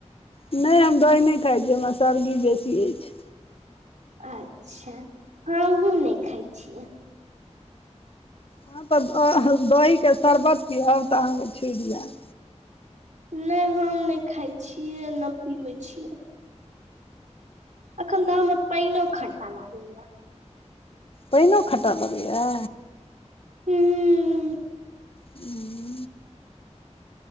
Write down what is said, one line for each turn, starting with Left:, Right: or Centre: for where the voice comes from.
Left: नहि हम दही नहि खाई छी हमरा सर्दी बेसी अछि
Right: अच्छा हमहूँ नहि खाई छियै
Left: हँ तऽ दहीके शरबत पीयब तऽ अहाँके छुट जाइत
Right: नहि हम नहि खाय छियै नहि पीबै छियै अखन तऽ हमरा पानि खट्टा लागैयै
Left: पाइनो खट्टा लगैया
Right: हूँ
Left: हू